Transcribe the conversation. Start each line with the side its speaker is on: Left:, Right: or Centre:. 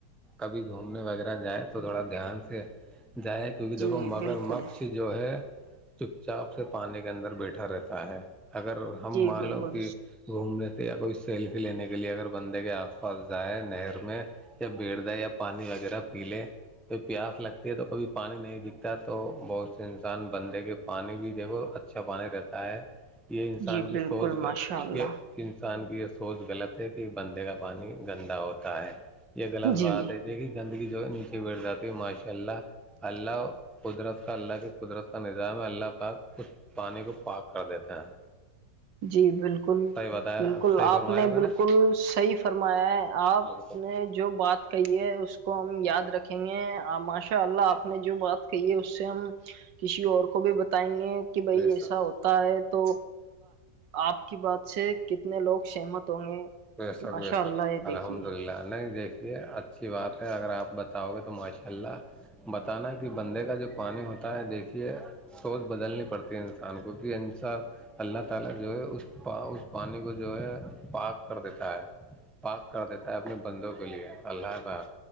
Centre: کبھی گھومنے وغیرہ جائیں تو تھوڑا دھیان سے جائے کیونکہ دیکھو
Right: جی
Centre: مگر
Right: بالکل
Centre: مک وہ چپ چاپ سے پانی کے اندر بیٹھا رہتا ہے اگر ہم
Right: جی
Centre: مانو
Right: بالکل
Centre: کہ گھومنے تو یا کوئی سیلفی لینے کے لیے اگر بندے کے آس پاس جائائے نہر میں یا بیٹ دیں یا پانی وغیرہ پی لیں تو پیاس لگتی ہے تو کبھی پانی نہیں دکھتا تو بہت سے انسان بندھے کے پانی بھی دیکھو اچھا پانی رہتا ہے یہ انسان
Right: جی
Centre: کی
Right: بالکل
Centre: سوچ گ
Right: ماشاء اللہ
Centre: یہ انسان کی یہ سوچ غلط ہے کہ بندے کا پانی گندا ہوتا ہے یہ غلط
Right: جی
Centre: بات ہے یہ کہ گندگی جو نیچے بیٹھ جاتے ماشاء اللہ اللہ قدرت اس کا اللہ کی قدرت کا نظام ہے اللہ پاک خھ پانی کو پاک کر دیتے ہیں
Right: جی بالکل
Centre: صحیح بتایا
Right: بالکل
Centre: صحیح
Right: آپ
Centre: فرمایا
Right: نے
Centre: میں
Right: بالکل صحیح فرمایا ہے آپ
Centre: بالکل
Right: نے جو بات کہی ہے اس کو ہم یاد رکھیں گے ماشاء اللہ آپ نے جو بات کہی ہے اس سے ہم کسی اور کو بھی بتائیں گے کہ بھائی
Centre: جی
Right: ایسا
Centre: سر
Right: ہوتا ہے تو آپ کی بات سے کتنے لوگ سہمت ہوں گے
Centre: وسک
Right: ماشاء
Centre: ویسک
Right: اللہ یہ
Centre: الحمد
Right: دیکھیے
Centre: للہ نہیں دیک کہ اچھی بات ہے اگر اپ بتاؤ گے تو ماشاءاللہ بتانا کہ بندے کا جو پانی ہوتا ہے دیکھیے سوز بدلنی پڑتی ہے انسان کو بھی انسان اللہ تعالی جو ہے اس پانی کو جو ہے پاک کر دیتا ہے پاک کر دیتا ہے اپنے بندوں کے لیے اللہ بار